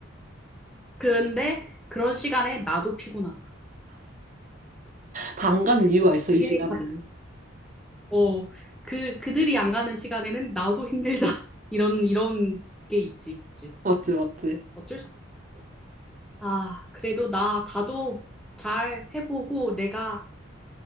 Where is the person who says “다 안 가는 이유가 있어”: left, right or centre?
Right